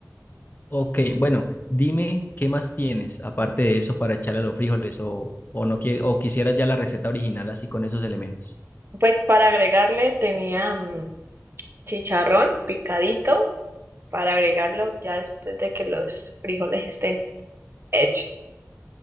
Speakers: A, on the left; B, on the right.
A: Ok, bueno, dime qué más tienes aparte de eso para echarle a los frijoles o, o no quiere o quisieras ya la receta original así con esos elementos.
B: pues para agregarle tenía mm, chicharrón picadito para agregarlo ya después de que los frijoles estén hechos.